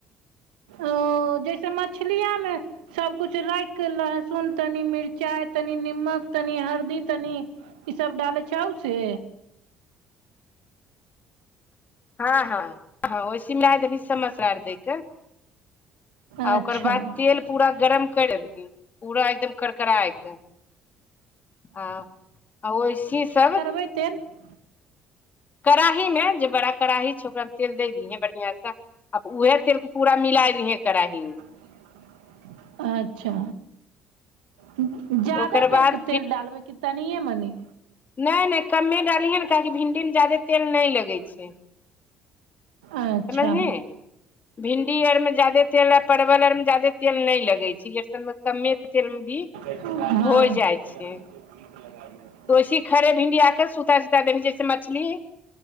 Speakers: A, on the right (about 85°); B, on the left (about 40°).
A: ओ जैसे मछलियामे सबकुछ राखि कऽ लहसुन तनि मिरचाइ तनि निमक तनि हरदि तनि ई सब डालैत छै ओइसे
B: हँ हँ हँ ओहिसेही मिलाय देबहीं सब मशाला आर दै कऽ आ
A: अच्छा
B: ओकर बाद तेल पूरा गरम करि एबही पूरा एकदम करकायके आ ओहिसीहीं सब
A: बै तेल <unintelligible>
B: कड़ाही मे जे बड़ा कड़ाही छै ओकरा मे तेल दै दीहैं बढ़ियाँ सँ अब उएह तेल पूरा मिलाय लिहै कड़ाही मे
A: <inaudible> अच्छा ज्यादा
B: ओकर
A: कर
B: बाद
A: के तेल डालबै कि तनिये मनि
B: नैय नैय कमे डालियहे ने काहेकि भिंडीमे जायदे तेल नहि लगैत छै
A: अच्छा
B: समझही भिंडी आरमे ज्यादे तेल आ परवल आरमे ज्यादे तेल नहि लगै छै ई आर सभमे कमे तेल मे भी
A: शिकार हाँ
B: हो जाइ
A: जे लगबै
B: छै
A: गीत लगाइ छै
B: तऽ वैसही खड़े भिंडी आके सुताइ सुताइ देबही जैसे मछ मछली